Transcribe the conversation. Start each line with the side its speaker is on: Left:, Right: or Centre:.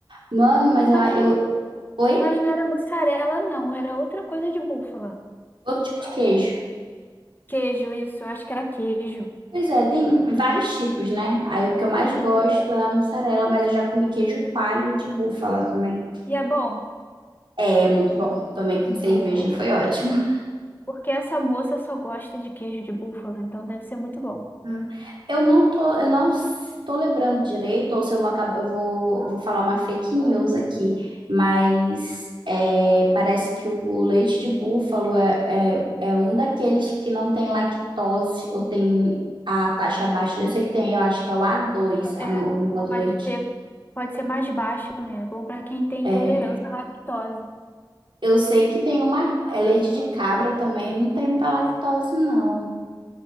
Right: Mano, mas eu,
Left: mas
Right: eu,
Left: não,
Right: oi?
Left: mas não era mussarela, não, era outra coisa de búfala.
Right: Outro tipo de queijo.
Left: Queijo, isso, eu acho que era queijo.
Right: Pois é, tem vários tipos, né? Aí o que eu mais gosto é a mussarela, mas eu já comi queijo coalho de búfala também.
Left: E é bom,
Right: É muito bom. Tomei com cerveja,
Left: porque,
Right: foi ótimo.
Left: porque essa moça só gosta de queijo de búfala, então deve ser muito bom.
Right: Hum. Eu não tô, eu não estou lembrando direito, ou se eu vou acabar, eu vou, eu vou falar uma fake news aqui, mas é, parece que o o leite de búfalo é, é, é um daqueles que não tem lactose ou tem a taxa abaixo. Eu sei que tem, eu acho que é o a dois a,
Left: É,
Right: no- o negócio
Left: pode
Right: do leite.
Left: ter, pode ser mais baixo, né? É Bom para quem tem
Right: É,
Left: intolerância à lactose.
Right: eu sei que tem uma, é leite de cabra também, não tem muita lactose, não.